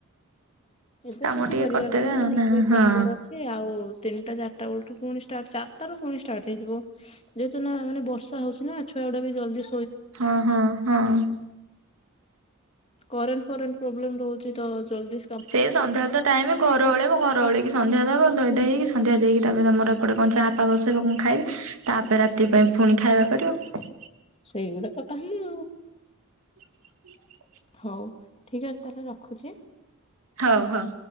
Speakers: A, on the left; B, on the right.
A: ଏବେ
B: କାମ
A: କିଛି
B: ଟିକେ
A: କରିବାର
B: କରିଦେବେ
A: ନାହିଁ,
B: ଆଉ
A: ଟିକେ
B: ନା ହଁ।
A: ବସିବାର ଅଛି। ଆଉ ତିନିଟା ଚାରିଟା ବେଳୁଠୁ ପୁଣି ଷ୍ଟାର୍ଟ, ଚାରଟା ରୁ ପୁଣି ଷ୍ଟାର୍ଟ ହେଇଯିବ। ଯେହେତୁ ନା ମାନେ ବର୍ଷା ହଉଚି ନା ଛୁଆ ଗୁଡା ବି ଜଲଦି ସ୍କୁ
B: ହଁ ହଁ ହଁ।
A: କରେଣ୍ଟ ଫରେଣ୍ଟ ପ୍ରୋବ୍ଲେମ୍ ରହୁଚି ତ ଜଲଦି
B: ସେଇ ସନ୍ଧ୍ୟାବେଳ ତ ଟାଇମି ଘର ଓଳେଇବ ଘର ଓଳେଇକି ସନ୍ଧ୍ୟା ଦବ ଧୋଇ ଧାଇ ହେଇକି। ସନ୍ଧ୍ୟା ଦେଇକି ତାପରେ ତମର ଏପଟେ କଣ ଚାହା ଫା ବସେଇବ କଣ ଖାଇବି? ତା ପରେ ରାତି ପାଇଁ ପୁଣି ଖାଇବା କରିବ।
A: ସେଇଗୁଡା ତ କାମ ଆଉ।
B: <inaudible>
A: ହଉ, ଠିକ୍ ଅଛି ତାହେଲେ ରଖୁଛି?
B: ହଉ ହଉ।